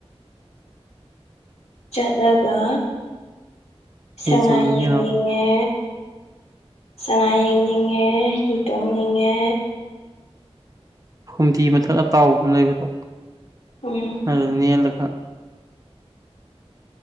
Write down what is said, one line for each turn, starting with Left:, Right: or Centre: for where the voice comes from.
Left: ꯆꯠꯂꯒ ꯁꯉꯥꯏ
Right: ꯍꯤ ꯆꯣꯡꯅꯤꯡꯉꯤꯔꯣ
Left: ꯌꯦꯡꯅꯤꯡꯉꯦ ꯁꯉꯥꯏ ꯌꯦꯡꯅꯤꯡꯉꯦ ꯍꯤ ꯇꯣꯡꯅꯤꯡꯉꯦ
Right: ꯐꯨꯝꯗꯤ ꯃꯊꯛ ꯑꯇꯥꯎꯕ ꯑꯃ ꯂꯩꯕꯗꯣ
Left: ꯎꯝ
Right: ꯑꯗꯨ ꯅꯦꯜꯂꯒ